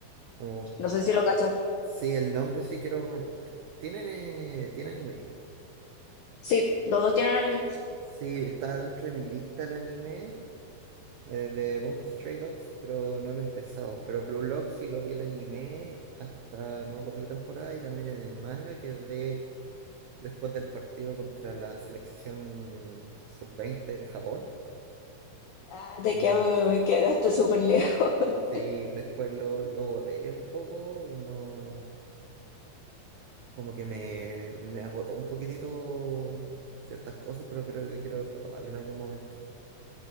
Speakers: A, on the right; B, on the left.
A: Oh,
B: No sé si lo cachas.
A: sí, el nombre sí quiero. ¿Tienen, eh, tiene anime?
B: Sí, los dos tienen anime.
A: Sí, está dentro de mi lista el anime eh, de Bungo Stray Dogs, pero no lo he empezado. Pero Blue Lock sí lo vi el anime hasta no me acuerdo qué temporada y también el manga que es de después del partido contra la selección sub veinte de Japón.
B: Ah, te
A: Y
B: quedo- quedaste súper lejos. <laughs>
A: sí, después lo, lo boté un poco, no. como que me, me agotó un poquitito ciertas cosas, pero creo que quiero retomarlo en algún momento,